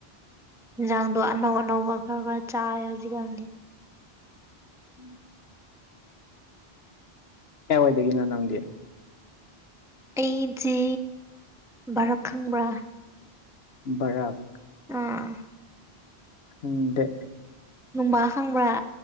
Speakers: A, in the centre; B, on the left.
A: ꯌꯦꯟꯁꯥꯡꯗꯣ ꯑꯅꯧ ꯑꯅꯧꯕ ꯈꯔ ꯈꯔ ꯆꯥꯏ ꯍꯧꯖꯤꯛꯀꯥꯟꯗꯤ
B: ꯎꯝ ꯀꯏꯋꯥꯏꯗꯒꯤꯅꯣ ꯅꯪꯗꯤ
A: ꯑꯩꯁꯦ ꯚꯔꯛ ꯈꯪꯕ꯭ꯔꯥ
B: ꯕꯔꯥꯛ
A: ꯑꯥ
B: ꯎꯝꯗꯦ
A: ꯅꯨꯡꯕꯥ ꯈꯪꯕ꯭ꯔꯥ